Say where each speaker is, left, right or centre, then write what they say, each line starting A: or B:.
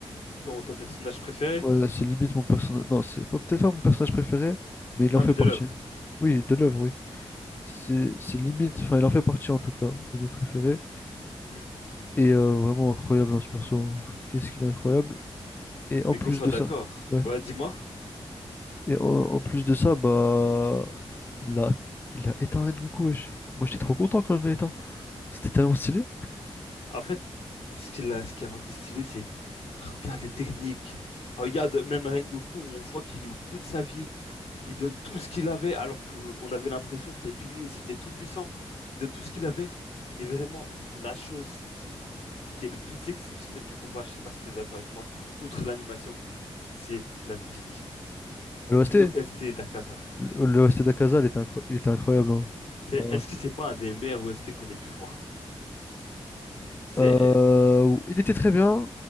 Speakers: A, on the left (about 70°); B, on the left (about 20°).
A: Ton, ton personnage préféré?
B: Ouais, c'est limite mon personnage. Non, c'est pas peut-être pas mon personnage préféré, mais il en
A: Non,
B: fait
A: mais
B: partie.
A: de l'œuvre.
B: Oui, de l'œuvre, oui. C'est c'est limite. Enfin, il en fait partie en tout cas, de mes préférés.
A: Hmm.
B: Et euh, vraiment incroyable, hein, ce perso. hein. Qu'est-ce qu'il est incroyable.
A: Mais,
B: Et en
A: mais
B: plus
A: qu'on soit
B: de
A: d'accord.
B: ça. ouais
A: Ouais, dis-moi.
B: Et en, en plus de ça, bah, il a, il a éteint Rengoku, wesh. Moi, j'étais trop content quand je l'ai éteint. C'était tellement stylé.
A: En fait, ce qu'il a, ce qui a rendu stylé, c'est regarde les techniques. Regarde, même Rengoku, on voit qu'il est au bout de sa vie. Il donne tout ce qu'il avait, alors qu'on avait l'impression que les piliers, ils étaient tout puissants. Il donne tout ce qu'il avait. Et vraiment, la chose qui, qui est le plus exceptionnel du combat, je sais pas si tu es d'accord avec moi, outre l'animation, c'est la musique.
B: L'OST,
A: L'OST d'Akaza.
B: l'OST d'Akaza, il était, incro- il était incroyable. hein.
A: C'est,
B: Ouais.
A: est-ce que c'est pas un des meilleurs OST qu'on ait pu voir? C'est,
B: Euh, il était très bien,